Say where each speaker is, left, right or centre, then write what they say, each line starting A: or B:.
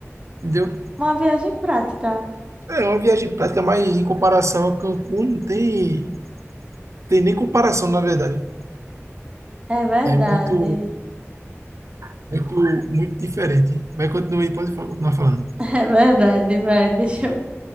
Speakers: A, on the right; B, on the right.
A: entendeu?
B: Uma viagem prática.
A: É é uma viagem prática, mas em comparação a Cancún, não tem, tem nem comparação, na verdade.
B: É verdade.
A: É muito, muito, muito diferente. Mas continue aí, pode fa- continuar falando.
B: É verdade, vai. Deixa eu